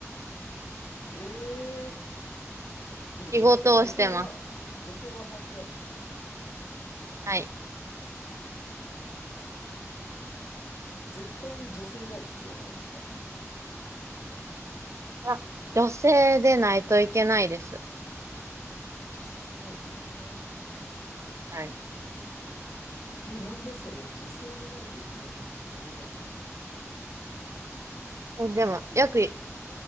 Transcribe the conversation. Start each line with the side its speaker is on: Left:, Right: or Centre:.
Left: ええー、でも女性、
Right: 仕事をしてます。
Left: 女性は、女性は関係あるんですよね。
Right: はい。
Left: 絶対に女性である必要はないですか
Right: あ、女性でないといけないです。
Left: 女性でないといけない
Right: はい。
Left: え、なんだそれ女性でないといけないものってこの世の中にあんの
Right: えでも、
Left: ?50 キロ。
Right: よく、え、